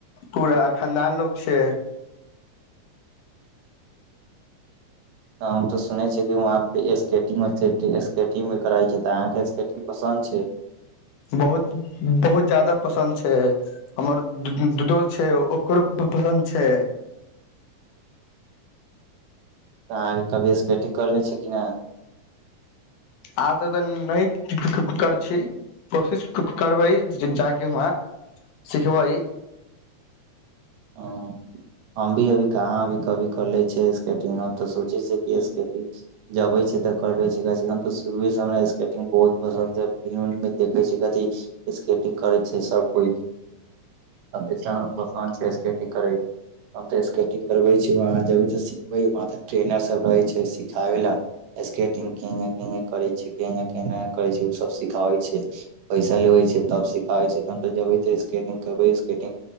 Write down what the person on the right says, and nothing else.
हम ते सुनै छी कि वहाँ पे स्केटिंग वेस्केटिंग स्केटिंग वे करै छै त अहाँ के स्केटिंग पसन्द छै।
तऽ अहाँके कभी स्केटिंग करले छै कि नै।
हां हम भी अभी कहाँ अभी कभी करलै छै स्केटिंग, हम ते सोचे छीये कि स्केटिंग जबे छै ते करबै छै, कम से कम त शुरुए से हमरा स्केटिंग बहुत पसन्द छै, फिल्म उ में देखे छीये कथि स्केटिंग करे छै सब कोई, तबे से हमरा पसन्द छै स्के केटिंग करै हम ते स्केटिंग करबे छी, वहां जबी ते सिखबे, वहां ते ट्रेनर सब रहे छै सिखाबे ला, स्केटिंग किंगे-किंगे करे छै केंगे-केंगे करे छै उ सब सिख ताबे छै, पैसा लेबै छै। तब सिखाबे छै, तहन तऽ जेबे ते स्केटिंग करबै, स्केटिंग